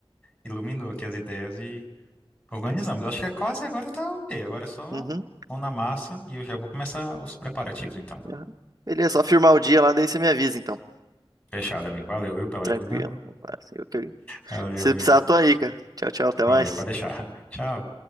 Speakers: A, on the left (about 20°); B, on the right (about 40°).
A: iluminou aqui as ideias Organizamos. Acho que é quase agora tá ok. Agora é só
B: Uhum,
A: mão na massa e eu já vou começar os preparativos então.
B: aham. Beleza, só firmar o dia lá, daí você me avisa, então.
A: Fechado, amigo. Valeu, viu, pela
B: Tranquilo.
A: ajuda.
B: Opa, assim, ok.
A: Valeu,
B: Se
A: amigo.
B: precisar, tô aí, cara. Tchau, tchau, até mais.
A: Valeu, pode deixar. <laughs> Tchau.